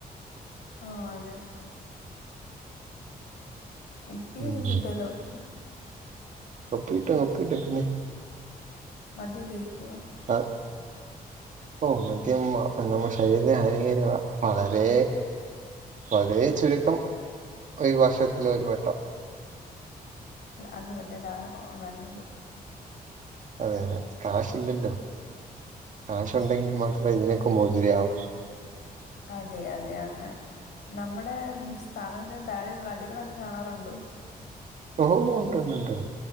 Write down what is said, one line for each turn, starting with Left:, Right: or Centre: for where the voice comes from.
Left: ആഹ് അതെ. ഉപ്പിയ
Right: ഉം
Left: ത ല്ലോ ലൊർക്ക്.
Right: കൊപ്പിട്ടൊപ്പിട്ടപിന്നേ
Left: മദ്യ ഉപയോഗിക്കുവോ? !!!!!!!!!
Right: അ ഹ്. ഓ മദ്യംമ്മാ അത് നമ്മുടെ ശരീരത്തിനഹാനികരമാ. വളരെ. വളരെ ചുരുക്കം. ഒരു വർഷത്തിലൊരു വട്ടം. !!!!!!!!!!
Left: ഹ് അത് മതി അതാണ് ഒ ഒ നല്ലത്.
Right: അതെ അതെ കാശില്ലല്ലോ. കാശുണ്ടെങ്കിമാത്രേ
Left: സത്യം
Right: ഇതിനൊക്കെ മോചിതയാവു.
Left: അതെ അതെ അങ്ങ. നമ്മടെ സ്ഥാപനത്തിന് താഴെയുള്ള അടികളൊക്കെ കാണാറുണ്ടോ?
Right: ഓ ഉണ്ടണ്ട്ണ്ട്